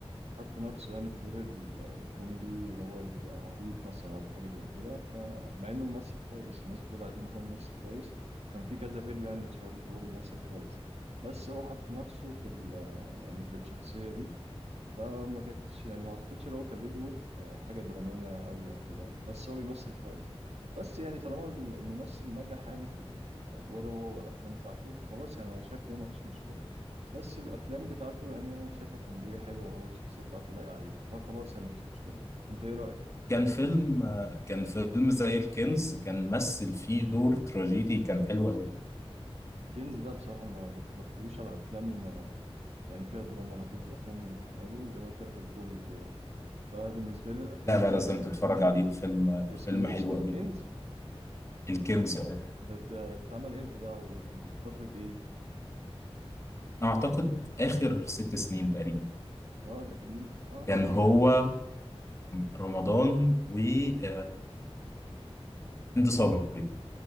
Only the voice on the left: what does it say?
كان فيلم كان فيلم زي الكنز كان مثل فيه دور تراجيدي كان حلو قوي.
لا لا
لازم تتفرج عليه الفيلم
فيلم
حلو
قوي الكينجز اه
اعتقد اخر ست سنين تقريبا
كان
هو
ورمضان وهند صبري